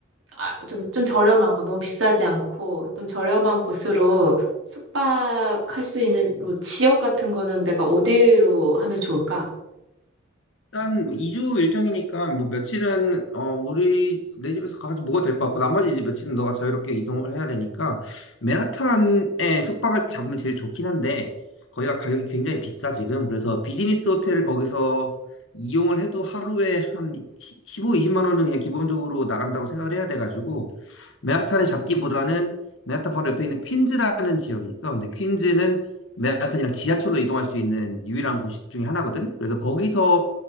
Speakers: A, on the right; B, on the left.
A: 아, 좀, 좀 저렴한 거, 너무 비싸지 않고, 좀 저렴한 곳으로 숙박할 수 있는 뭐 지역 같은 거는 내가 어디로 하면 좋을까?
B: 일단 뭐 2주 일정이니까 뭐 며칠은 어 우리 내 집에서 가지고 먹어도 될 것 같고 나머지 이제 며칠은 너가 자유롭게 이동을 해야 되니까 맨하탄에 숙박을 잡으면 제일 좋긴 한데 거기가 가격이 굉장히 비싸 지금 그래서 비즈니스 호텔을 거기서 이용을 해도 하루에 한 15, 20만 원은 그냥 기본적으로 나간다고 생각을 해야 돼가지고 맨하탄에 잡기보다는 맨하탄 바로 옆에 있는 퀸즈라는 지역이 있어 근데 퀸즈는 맨하탄이랑 지하철로 이동할 수 있는 유일한 곳 중에 하나거든 그래서 거기서